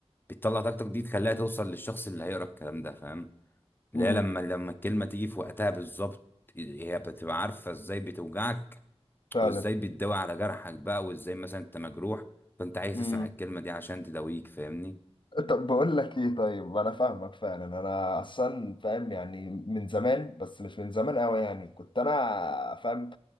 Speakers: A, on the left; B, on the left.
A: بتطلع طاقتك دي تخليها توصل للشخص اللي هيقرا الكلام ده فاهم اللي
B: امم
A: هي لما لما الكلمة تيجي في وقتها بالظبط هي بتبقى عارفة ازاي بتوجعك
B: فعلا
A: وازاي بتداوي على جرحك بقى وازاي مثلا انت مجروح فانت عايز
B: امم
A: تسمع الكلمة دي عشان تداويك فاهمني
B: طب بقول لك ايه طيب انا فاهمك فعلا انا اصلا فاهم يعني من زمان بس مش من زمان قوي يعني كنت انا فاهم